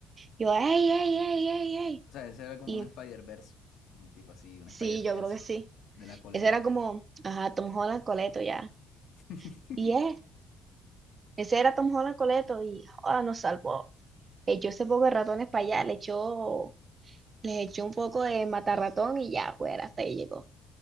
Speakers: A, on the right; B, on the left.
A: Yo, ey, ey, ey, ey, ey.
B: O sea, ese era como
A: Y
B: un Spider-Verso. Un tipo así, un
A: sí,
B: Spider-Verso
A: yo creo que sí.
B: de la coletera.
A: Ese era como, ajá, Tom Holland Coleto ya.
B: <laughs>
A: Y es, ese era Tom Holland Coleto y joda, nos salvó. Echó ese poco de ratones para allá, le echó, les echó un poco de matarratón y ya fuera, hasta ahí llegó.